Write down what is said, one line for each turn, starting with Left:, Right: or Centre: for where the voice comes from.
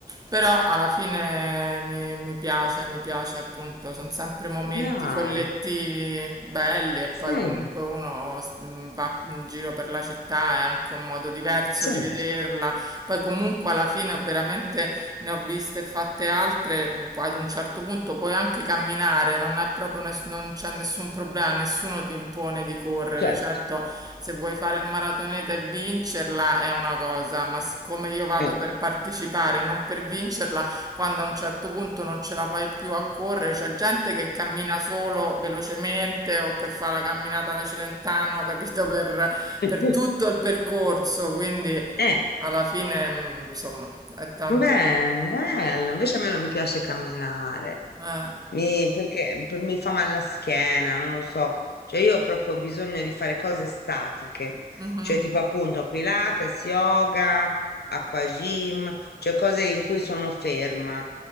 Right: Però alla fine mi, mi piace, mi piace appunto, sono sempre momenti
Left: dai,
Right: collettivi belli e poi
Left: sì,
Right: comunque uno s- mh, va in giro per la città, è anche un modo diverso
Left: certo,
Right: di vederla. Poi comunque alla fine ho veramente ne ho viste e fatte altre, mh, poi ad un certo punto puoi anche camminare, non è proprio ness- non c'è nessun un problema, nessuno ti impone di correre.
Left: certo.
Right: Certo, se vuoi fare il maratoneta e vincerla è una cosa, ma siccome io vado
Left: Eh.
Right: per partecipare, non per vincerla, quando a un certo punto non ce la fai più a correre, c'è gente che cammina solo velocemente o che fa la camminata alla Celentano, capito, per,
Left: <laughs>
Right: per tutto il percorso, quindi
Left: Eh,
Right: alla fine, mh, insomma, è tanto
Left: bene,
Right: per...
Left: bello, invece a me non piace camminare.
Right: Eh,
Left: Mi, perché p- mi fa male la schiena, non lo so. Cioè, io ho proprio bisogno di fare cose statiche,
Right: mhm,
Left: cioè tipo appunto Pilates, yoga, acqua gym, cioè cose in cui sono ferma.